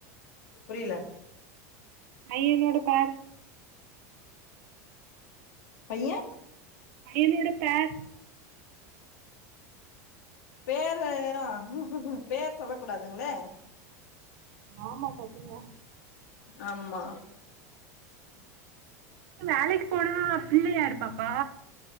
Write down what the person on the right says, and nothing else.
பையனோட பேர்
பையனோட ப்லாக்
ஆமா பாத்தீங்களா
வேலைக்கு போனா பிள்ளை யார் பாப்பா